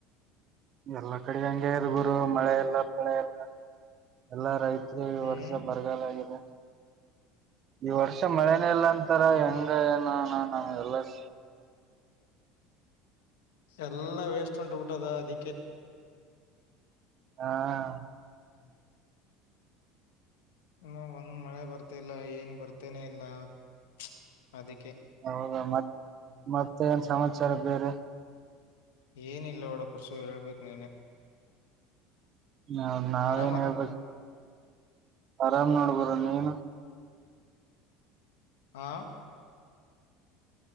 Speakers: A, on the right; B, on the left.
A: ಎಲ್ಲಾ, ಕಡೆ, ಹಂಗೆ, ಅದೇ, ಗುರು ಮಳೆ, ಎಲ್ಲ ಪಳೆ, ಎಲ್ಲ, ಎಲ್ಲ, ರೈತ. <inaudible> ತಿರುಗಾ, ಈ
B: ಹ್ಮ್
A: ವರ್ಷ ಬರಗಾಲ ಆಗದೇ, ಈ ವರ್ಷ ಮಳೆ? <inaudible> ಮಳೆ ಇಲ್ಲ ಅಂತಾರೆ,
B: ಅಯ್ಯೋ
A: ಹೆಂಗೆ, ಏನು, ಹಾ, ನಾನು. <unintelligible>
B: ಎಲ್ಲಾ, ವೇಸ್ಟ್, ಉಂಟುಬಿಟ್ಟದ, ಅದಿಕ್ಕೆ? <inaudible>
A: ಹಾ. <inaudible>
B: ಹೂ, ಒಂದ್ ಮಳೆ ಬರ್ತಿಲ್ಲ! ಏನ್ ಬರ್ತೇನೆ ಇಲ್ಲ, ಛೂ, ಅದಕ್ಕೆ? <inaudible>
A: ಹೌದಾ, ಮತ್ ಮತ್ತೆ ಏನ್ ಸಮಾಚಾರ ಬೇರೆ? <inaudible>
B: ಏನಿಲ್ಲ, ನೋಡಪಾ ಪರಶು ಹೇಳ್ಬೇಕು ನೀನೆ? <inaudible>
A: ಹ, ನಾವೇನ್
B: ಆರಾಮಲ್ಲ
A: ಹೇಳ್ಬೇಕ!, ಆರಾಮ್ ನೋಡು, ಬ್ರೋ, ನೀನು? <unintelligible>
B: ಹಾ. <inaudible>